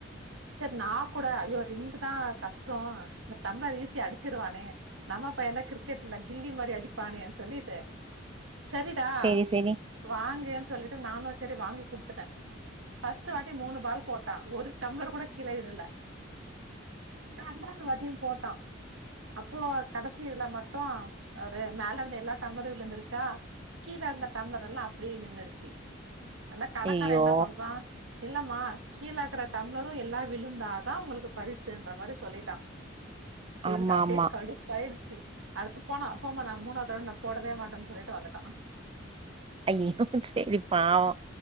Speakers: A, on the right (about 75°); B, on the right (about 25°).
A: செரி நா கூட ஐயோ ரிங்கு தா கஷ்டோ இந்த டம்ளர் ஈசியா அடிச்சிருவானே நம்ம பைய தா கிரிக்கெட்டுல கில்லி மாரி அடிப்பானே சொல்லிட்டு செரிடா
B: சரி சரி
A: வாங்குன்னு சொல்லிட்டு நானு செரி வாங்கி குடுத்துட்டே ஃபர்ஸ்ட் வாட்டி மூணு பால் போட்டா ஒரு டம்ளர் கூட கீழ விழல ரெண்டாவது வாட்டியு போட்டா அப்போ கடைசி இதுல மட்டு ஒரு மேல இருந்த எல்லா டம்ளரு விழுந்துருச்சா கீழ இருந்த டம்ளர் எல்லா அப்புடியே நின்னுடுச்சி அந்த கடக்கார
B: ஐயோ
A: என்ன சொல்றா இல்லம்மா கீழக்கற டம்ளரு எல்லா விழுந்தாதா உங்களுக்கு பரிசுன்ற மாரி சொல்லிட்டா எனுக்
B: ஆமா
A: அப்டியே
B: ஆமா
A: கடுப் பாயிருச்சி அடுத்து போனோ போம்மா நா மூணாவது ரெளண்டு நா போடவே மாட்டேன் சொல்லிட்டு வந்துட்டா
B: ஐயோ சேரி பாவோ